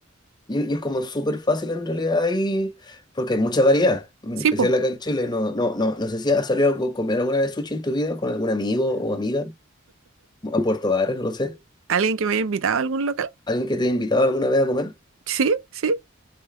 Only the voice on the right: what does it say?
Sí,
pues.
¿Alguien que me haya invitado a algún local?
Sí, sí.